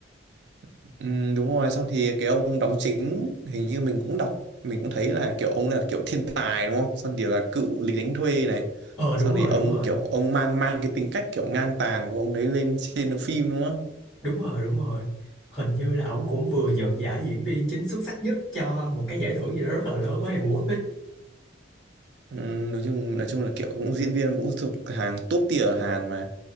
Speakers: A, on the right; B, on the left.
A: Ừ, đúng rồi. Xong thì cái ông đóng chính hình như mình cũng đọc, mình cũng thấy là kiểu ông là kiểu thiên tài đúng không? Xong thì là cựu lính đánh thuê này.
B: ờ đúng
A: Xong
B: rồi
A: thì ông
B: đúng rồi
A: kiểu ông mang mang cái tính cách kiểu ngang tàn của ông đấy lên trên phim đúng không?
B: đúng rồi đúng rồi hình như là ổng cũng vừa nhận giải diễn viên chính xuất sắc nhất cho một cái giải thưởng gì đó rất là lớn ở Hàn Quốc ấy
A: Ừ, nói chung nói chung là kiểu cũng diễn viên cũng thuộc hàng top tier ở Hàn mà.